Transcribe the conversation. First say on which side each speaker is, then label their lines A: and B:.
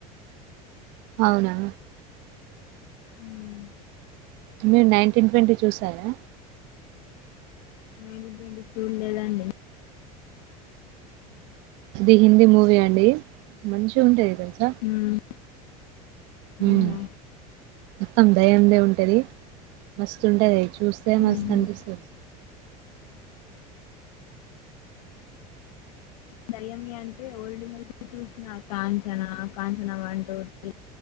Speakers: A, on the right; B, on the left.
A: అవునా
B: ఉమ్
A: మీరు నైన్టీన్ ట్వంటీ చూసారా.
B: నేన్ ఇప్పుడు <unintelligible> ఉండేదాన్ని.
A: అది హిందీ మూవీ అండి, మంచిగుంటది దేల్సా.
B: మ్మ్. మ్మ్హ.
A: ఉమ్ మొత్తం దయ్యం దే ఉంటది, మస్తుంటది. చు చూస్తే మస్తు
B: మ్మ్హ.
A: అనిపిస్తది.
B: దయ్యమి అంటే ఓల్డ్ మూవీస్ చూసిన Kanchana, Kanchana one, two, three